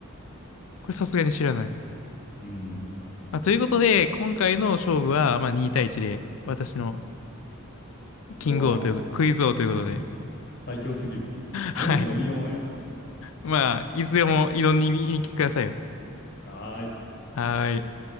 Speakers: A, on the left; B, on the left.
A: これさすがに知らない。
B: うん。
A: まあ、ということで、今回の勝負は、まあ、2対1で、私のキング王という、
B: ボロ負けっす。
A: クイズ王ということで、
B: <laughs> 最強すぎる。文句の言いようもないです、
A: はい。
B: 今回は。
A: まあ、いつでも挑みに来てくださいよ。
B: はーい。
A: はーい。